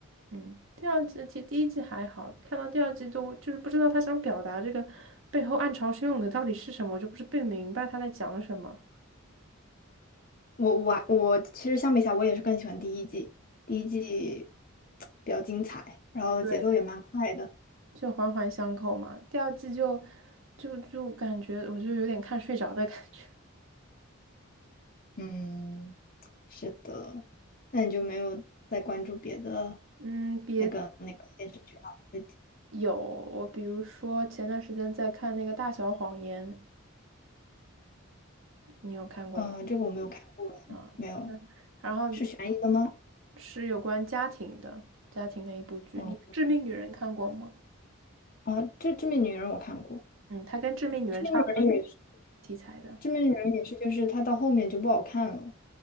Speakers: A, on the right; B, on the left.
A: 嗯，第二季其实第一季还好，看到第二季都就是不知道他想表达这个背后暗潮汹涌的到底是什么，我就不是不明白他在讲什么。
B: 我我还我其实相比下，我也是更喜欢第一季，第一季比较精彩，然后节奏也蛮快的。
A: 对，就环环相扣嘛。第二季就就就感觉我就有点看睡着的感觉。
B: 嗯，是的。那你就没有再关注别的
A: <laughs> 嗯，别的
B: 那个那个电视剧了？最近，
A: 有，我比如说前段时间在看那个《大小谎言》，你有看过吗？
B: 呃，这个我没有看过，
A: 啊，
B: 哎，没有，
A: 那然后
B: 是悬疑的吗？
A: 是有关家庭的，家庭的一部剧。
B: 哦，
A: 你《致命女人》看过吗？
B: 啊，这《致命女人》我看过，
A: 嗯，它跟《致命女人》差不多
B: 《致命女人》也是，
A: 题材的。
B: 《致命女人》也是，就是它到后面就不好看了，